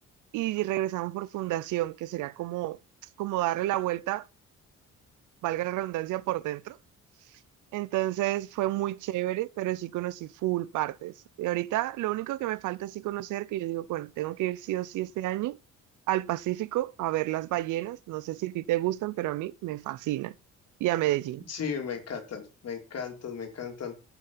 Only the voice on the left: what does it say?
Sí, me encantan, me encantan, me encantan.